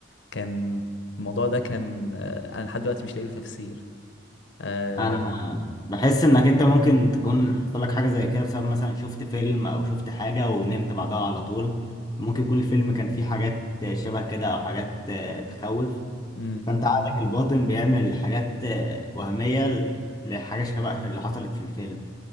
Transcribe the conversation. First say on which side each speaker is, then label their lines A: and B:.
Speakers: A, on the left; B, on the left.
A: كان الموضوع ده كان آه، أنا لحد دلوقتي مش لاقي له تفسير آه...
B: <laughs> انا بحس انك انت ممكن تكون حصل لك حاجه زي كده بسبب مثلا شفت فيلم او شفت حاجه ونمت بعدها على طول ممكن يكون الفيلم كان فيه حاجات شبه كده او حاجات آه، تخوف
A: مم.
B: فانت عقلك الباطن بيعمل حاجات آه، وهميه ل- لحاجه شبه اللي حصلت في الفيلم